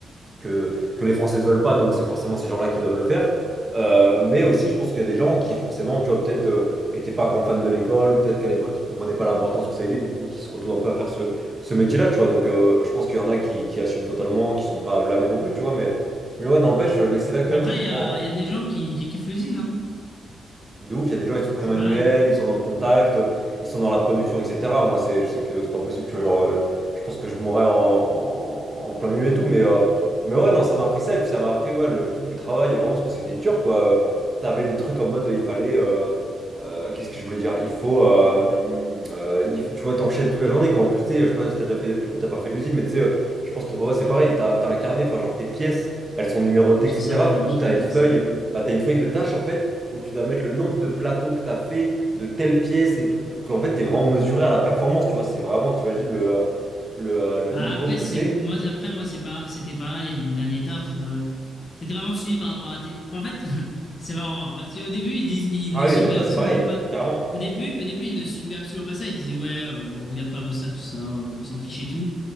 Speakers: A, on the right (about 20°); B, on the left (about 40°).
A: que, que les Français ne veulent pas, donc c'est forcément ces gens-là qui doivent le faire. Euh, mais aussi, je pense qu'il y a des gens qui, forcément, tu vois, peut-être euh, étaient pas grands fans de l'école, ou peut-être qu'à l'époque, ils comprenaient pas l'importance que ça avait, du coup, qui se retrouvent un peu à faire ce, ce métier-là, tu vois. Donc, euh, je pense qu'il y en a qui, qui assument totalement, qui sont pas blâmés non plus, tu vois. Mais, mais ouais, n'empêche, là, c'est là quand
B: Après,
A: même, tu
B: il
A: te
B: y
A: prends.
B: a, il y a des gens qui, qui kiffent l'usine, hein.
A: De ouf, il y a des gens, ils sont très
B: C'est
A: manuels,
B: pareil.
A: ils sont dans le contact, ils sont dans la production, etc. Moi, c'est, je sais que c'est pas possible, tu vois, genre, euh, je pense que je mourrais en, en- en plein milieu et tout, mais, euh, mais ouais, non, ça m'a appris ça, et puis ça m'a appris, ouais, le- je te dis, le travail, et vraiment, parce que c'était dur, quoi. Euh, T'avais des trucs en mode, il fallait, euh, euh, qu'est-ce que je voulais dire? Il faut, euh, euh, il faut- tu vois, t'enchaînes toute la journée, quoi. En plus, tu sais, je sais pas si t'as déjà fait, du coup, t'as pas fait de l'usine, mais tu sais, euh, je pense que ton papa, c'est
B: Non,
A: pareil, t'as, t'as incarné enfin, genre, tes pièces, elles sont numérotées,
B: moi, j'en
A: etc.
B: sais rien,
A: Du coup,
B: j'avoue,
A: t'as une
B: j'en
A: feuille,
B: sais rien.
A: bah, t'as une feuille de tâches, en fait où tu dois mettre le nombre de plateaux que tu as fait, de telles pièces et tout, pour qu'en fait, tu es vraiment mesuré à la performance, tu vois. C'est vraiment, tu imagines le, euh, le, euh, le
B: Bah
A: niveau
B: après
A: que
B: c'est
A: c'est.
B: moi après moi c'est pas c'était pareil de mon dernier taf euh, t'étais vraiment suivi par rapport à tes Bah, en fait <laughs> c'est marrant hein, parce qu'au début ils disent ils
A: Ah
B: ne
A: oui,
B: suivaient
A: mais toi,
B: absolument
A: c'est pareil,
B: pas
A: carrément.
B: au début au début ils ne suivaient absolument pas ça ils disaient ouais euh, on regarde pas vos stats tout ça on s'en fiche et tout